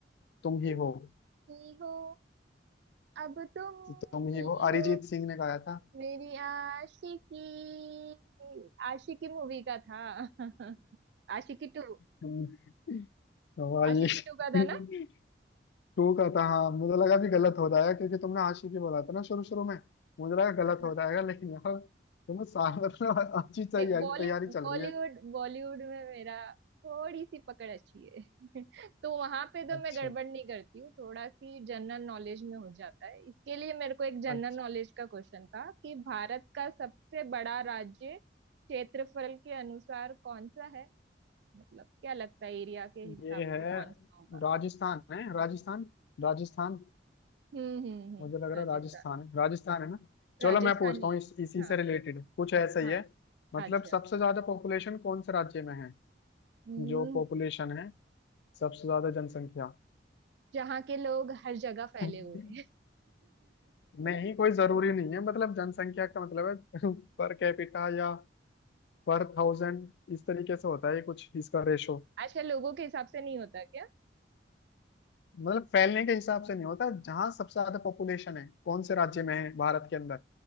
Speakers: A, on the left; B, on the right.
A: तुम ही
B: तुम
A: हो
B: ही हो अब तुम
A: तुम ही
B: ही
A: हो अरिजीत
B: हो
A: सिंह ने गाया था
B: मेरी आशिकी आशिकी मूवी का था <laughs> आशिकी टू
A: <laughs> हवा ये
B: आशिकी टू का
A: <laughs>
B: था ना
A: टू का था हाँ मुझे लगा भी गलत हो रहा है क्योंकि तुमने आशिकी बोला था ना शुरू शुरू में मुझे लगा गलत
B: <laughs>
A: हो जाएगा लेकिन यार तुम्हें साल <laughs> मतलब अच्छी तैयारी
B: नहीं बॉलीवुड
A: तैयारी चल
B: बॉलीवुड
A: रही है
B: बॉलीवुड में मेरा थोड़ी सी पकड़ अच्छी है <laughs> तो वहां पे तो
A: अच्छा
B: मैं गड़बड़ नहीं करती हूँ थोड़ा सी जनरल नॉलेज में हो जाता है इसके लिए मेरे को एक जनरल
A: अच्छा
B: नॉलेज का क्वेश्चन था कि भारत का सबसे बड़ा राज्य क्षेत्रफल के अनुसार कौन सा है मतलब क्या लगता है एरिया के हिसाब
A: ये है
B: से कौन सा होगा
A: राजस्थान है राजस्थान राजस्थान
B: हम्म हम्म हम्म
A: मुझे लग रहा
B: राजस्थान
A: है राजस्थान है राजस्थान है ना चलो
B: राजस्थानी
A: मैं पूछता हूँ इस, इसी
B: है।
A: से
B: हाँ
A: रिलेटेड कुछ ऐसा ही
B: हाँ
A: है मतलब
B: अच्छा
A: सबसे ज्यादा पॉपुलेशन कौन से राज्य में है
B: हम्म,
A: जो पॉपुलेशन है सबसे ज्यादा जनसंख्या
B: जहाँ के लोग हर जगह फैले
A: <laughs>
B: हुए हैं।
A: नहीं
B: <laughs>
A: कोई जरूरी नहीं है मतलब जनसंख्या का मतलब है <laughs> पर कैपिटा या पर थाउजेंड इस तरीके से होता है ये कुछ इसका रेशो
B: आजकल लोगों के हिसाब से नहीं होता क्या
A: मतलब फैलने के हिसाब से नहीं होता जहां सबसे ज्यादा पॉपुलेशन है कौन से राज्य में है भारत के अंदर